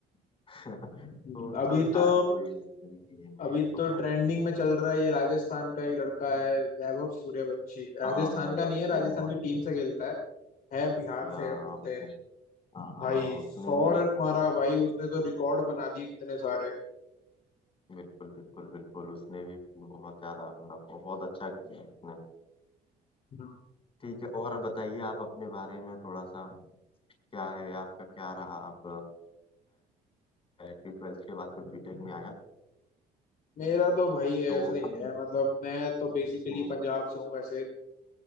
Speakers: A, on the left (about 35°); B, on the left (about 55°).
A: हैं <laughs>
B: हम्म,
A: तो
B: अभी
A: चलता
B: तो
A: है कोई बात नहीं ये मैं
B: अभी
A: ये तो
B: तो
A: कह
B: ट्रेंडिंग में चल रहा है ये राजस्थान का एक लड़का है वैभव सूर्यवंशी राजस्थान
A: हाँ मेरा
B: का नहीं
A: प्रिय
B: है राजस्थान
A: मंजू
B: की टीम से खेलता है है बिहार
A: हाँ,
B: से है बोलते
A: उसने
B: हैं
A: हाँ,
B: भाई
A: उसने
B: सौ
A: भी अच्छा
B: रन मारा भाई उसने तो रिकॉर्ड बना दिए कितने सारे
A: बिल्कुल बिल्कुल बिल्कुल उसने भी बहुत ज्यादा मतलब बहुत अच्छा किया उसने
B: हम्म।
A: ठीक है और बताइए आप अपने बारे में थोड़ा सा क्या है आपका क्या रहा आप डायरेक्टली ट्वेल्थ के बाद फिर बीटेक में आया
B: मेरा तो भाई ऐसा
A: तो
B: ही
A: आप
B: है मतलब मैं तो बेसिकली
A: ओ,
B: पंजाब से हूँ वैसे